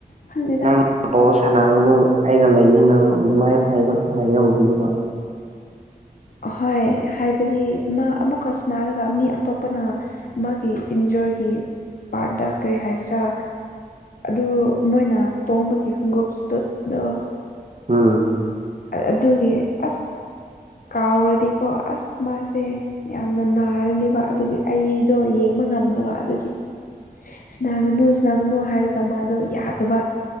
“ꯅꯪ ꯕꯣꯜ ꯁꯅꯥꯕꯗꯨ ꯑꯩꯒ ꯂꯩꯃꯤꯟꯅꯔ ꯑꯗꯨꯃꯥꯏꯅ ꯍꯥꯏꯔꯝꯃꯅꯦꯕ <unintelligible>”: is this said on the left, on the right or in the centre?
Right